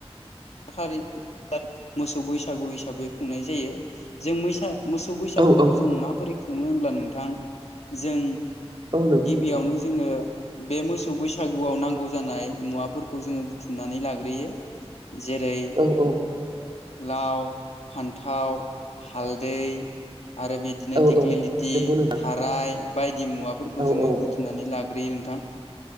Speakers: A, on the left (about 80°); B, on the right (about 50°).
A: <inaudible> मोसौ बैसागु हिसाबै खुंनाय जायो। जों मैसा-मोसौ बैसागुखौ
B: औ
A: जों माबोरै खुङो होनब्ला नोंथां जों
B: औ नंगौ
A: गिबियावनो
B: नोंथां
A: जोङो। बे मोसौ बैसागुआव नांगौ जानाय मुवाफोरखौ जोङो बुथुमनानै लाग्रोयो। जेरै
B: औ औ
A: लाव फान्थाव हालदै आरो बिदिनो
B: औ
A: दिग्लिलिथि,
B: औ नंगौ नोंथां
A: थाराय बायदि मुवाफोरखौ
B: औ
A: जोङो
B: औ
A: बुथुमनानै लागोन गोग्रोयो नोंथां